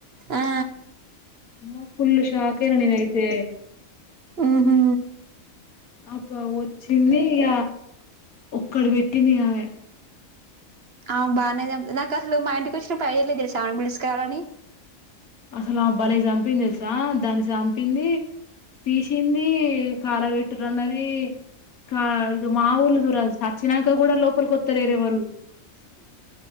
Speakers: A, on the right (about 50°); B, on the left (about 85°).
A: ఆ
B: అమ్మొ ఫుల్ షాక్ అయినా నేనైతే
A: ఉ హు
B: అకొ వచ్చింది ఇగ ఒక్కడ పెట్టింది ఆమె
A: ఆ బాగానే నాకు అసలు మా ఇంటికి వచ్చినప్పుడు ఐడియ లేదు పిలుసుకు రావాలని
B: అసలు ఆమె బలే చంపింది తెలుసా దాన్ని చంపింది తీసింది కాలబట్రు అన్నది కా ఇక మా ఊర్ళ చూర సచ్చినాక కూడా లోపలి కొత్తలేేరేవారు